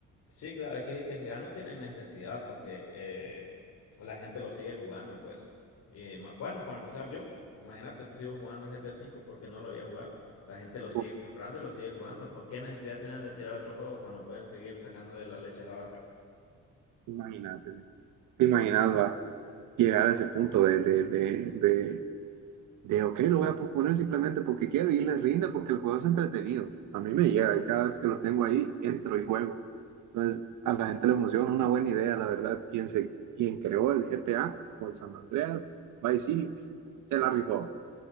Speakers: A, on the left; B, on the right.
A: Sí, claro, es que si te fijas, no tienen necesidad porque eh, la gente lo sigue jugando, pues. Y, ma- bueno, para empezar, yo, imagínate, esto sigo jugando el GTA V porque no lo había jugado. La gente lo sigue
B: Uf,
A: comprando y lo sigue jugando. ¿Por qué necesidad tienen de tirar otro juego cuando pueden seguir sacándole la leche a la vaca?
B: imagínate, ¿te imaginas va, llegar a ese punto de, de, de, de, de, ok, lo voy a posponer simplemente porque quiero y le rinde porque el juego es entretenido. A mí me llega y cada vez que lo tengo ahí, entro y juego. Entonces, a la gente le emociona, una buena idea, la verdad. Quien, se, quien creó el GTA o el San Andreas, Vice City, se la rifó.